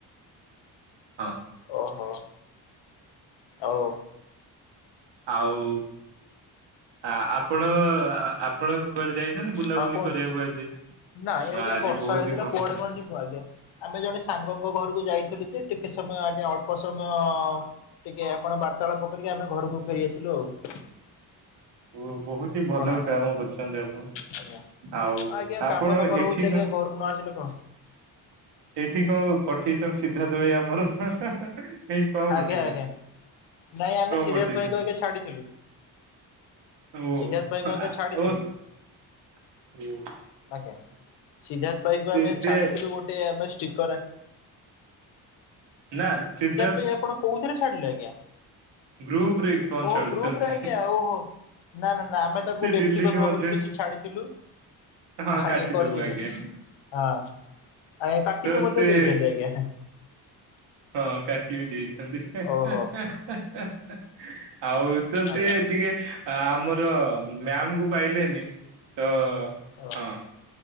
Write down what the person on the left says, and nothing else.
ଓହୋ ଆଉ।
ହଁ କୁହନ୍ତୁ।
ନାଇଁ ଆଜ୍ଞା
ବର୍ଷା
ହେଇଥିଲା
କୁଆଡେ
କଣ ଯିବୁ। ଆଜ୍ଞା ଆମେ ଜଣେ ସାଙ୍ଗଙ୍କ ଘରକୁ ଯାଇଥିଲୁ ଯେ ଟିକେ ସମୟ ଆଜ୍ଞା ଅଳ୍ପ ସମୟ ଟିକେ ଆପଣ ବାର୍ତ୍ତାଳାପ କରିକି ଆମେ ଘରକୁ ଫେରିଆସିଲୁ ଆଉ।
କଣ?
ଆଜ୍ଞା
ଆଜ୍ଞା
କାମ ଦାମ ରହୁଛି
ଆଜ୍ଞା ଘରକୁ ନ ଆସିଲେ କଣ?
ଆଜ୍ଞା
ଆଜ୍ଞା ନାଇଁ ଆମେ
ସିଦ୍ଧାର୍ଥ
ଭାଇଙ୍କୁ ଆଜ୍ଞା ଛାଡିଥିଲୁ।
ସିଦ୍ଧାର୍ଥ ଭାଇଙ୍କୁ ଆଜ୍ଞା ଛାଡିଥିଲୁ
ଆଜ୍ଞା ସିଦ୍ଧାର୍ଥ ଭାଇଙ୍କୁ
ଆମେ
ଛାଡିଥିଲୁ ଗୋଟେ ଆମେ ଷ୍ଟିକର୍
ଏ ଆପଣ କୋଉଥିରେ ଛାଡିଲେ ଆଜ୍ଞା
ଓ
ଗ୍ରୁପରେ ଆଜ୍ଞା ଓହୋ। ନା ନା ନା ଆମେ ତାକୁ
ବ୍ୟକ୍ତିଗତ
ଭାବରେ
କିଛି ଛାଡିଥିଲୁ।
ଆଜ୍ଞା
କରିଦେଇଛନ୍ତି
ହଁ ଆଜ୍ଞା କାଟି
ବିି ମଧ୍ୟ
ଦେଇଛନ୍ତି ଆଜ୍ଞା।
ଓହୋ
ଆଜ୍ଞା
ଓ।